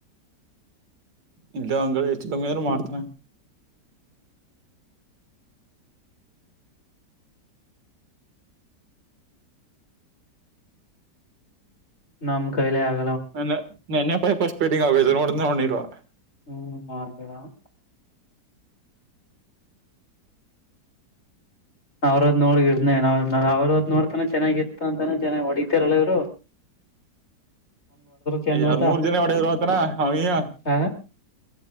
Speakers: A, on the right; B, on the left.
A: ಇದ್ದ ಅಂದ್ರೆ ಹೆಚ್ಚು ಕಮ್ಮಿ ಅದ್ರೂ ಮಾಡ್ತಾನ.
B: ನಮ್ ಕೈಲೆ ಆಗ
A: ನನ್ನ ನೆನ್ನೆ ಪೈಫಸ್ಪೇಟಿಂಗ ನೋಡ್ದ ನೋಡಿಲ್ವಾ.
B: ಹ್ಮ್. <unintelligible> ಅವ್ರದ್ ನೋಡ್ ಇನೇ ಅವ್ರದ್ ನೋಡ್ತಾನ ಚೆನ್ನಾಗಿತ್ತು ಅಂತಾನೆ ಚೆನ್ನಾಗಿ ಹೊಡಿತಾರಲ್ಲ ಇವರು. ಚಂದ್
A: ಯಾರ್
B: ಮತ
A: ಮೂರ್ ಜನ ಒಡೆಯರು ಹತನ ಅವ್ಯ.
B: ಹ